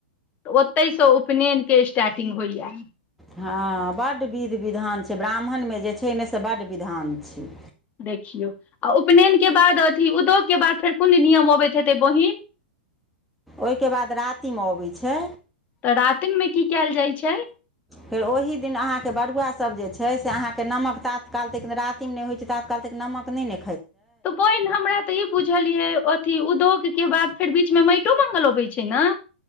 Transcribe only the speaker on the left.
तऽ ओतई से उपनयनके स्टार्टिंग होइया
देखियौ आ उपनयन के बाद उदोग के बाद फेर कोन नियम अबैत हेतै बहिन
तऽ रातिम में की कयल जाय छै
तऽ बहिन हमरा तऽ ई बुझलयै अथी उद्योग के बाद फेर बीचमे माटो मङंगल अबैइ छै ना